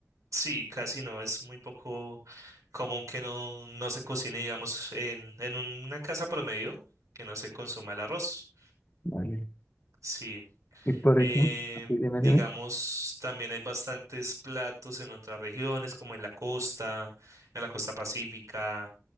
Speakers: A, on the right; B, on the left.
A: sí, casi no, es muy poco común que no, no se cocine, digamos, en, en una casa promedio, que no se consuma el arroz.
B: Vale.
A: Sí.
B: Y por
A: Eh,
B: ejemplo, dime,
A: digamos,
B: dime.
A: también hay bastantes platos en otras regiones, como en la costa, en la costa pacífica.